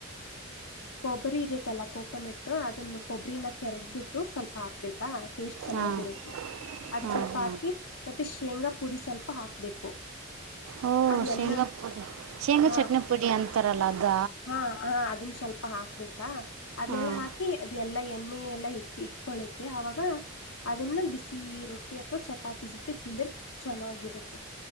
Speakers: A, on the left; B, on the right.
A: ಕೊಬ್ಬರಿ ಇರುತ್ತಲ್ಲ ಕೊೋಕೊನಟ್ಟು ಅದನ್ನು ಕೊಬ್ಬರಿನ ತೆರೆದಬಿಟ್ಟು ಸ್ವಲ್ಪ ಹಾಕ್ಬೇಕಾ ಟೇಸ್ಟ್ ಚೆನ್ನಾಗಿರುತ್ತೆ
B: ಹಾಂ
A: ಅದ್
B: ಹಾಂ
A: ಸ್ವಲ್ಪ
B: ಹಾಂ
A: ಹಾಕಿ ಮತ್ತೆ ಶೇಂಗಾ ಪುಡಿ ಸ್ವಲ್ಪ ಹಾಕ್ಬೇಕು
B: ಓ
A: ಅದ
B: ಶೇಂಗಾ
A: ಎಲ್ಲ
B: ಪುಡಿ ಶೇಂಗಾ
A: ಹಾ
B: ಚಟ್ನಿ ಪುಡಿ ಅಂತಾರಲ್ಲ ಅದ
A: ಹಾ ಹಾ ಅದನ್ ಸ್ವಲ್ಪ ಸ್ವಲ್ಪ ಹಾಕ್ಬೇಕಾ ಅದನೆಲ್ಲಾ
B: ಹಾಂ
A: ಹಾಕಿ ಅದೆ ಎಲ್ಲಾ ಎಣ್ಣೆ ಎಲ್ಲಾ ಇಟ್ ಇಟ್ಕೊಳ್ಳುತ್ತೆ ಆವಾಗ ಅದನ್ನ ಬಿಸಿ ರೊಟ್ಟಿ ಅಥವಾ ಚಪಾತಿ ಜೊತೆ ತಿಂದ್ರೆ ಚೆನ್ನಾಗಿರುತ್ತೆ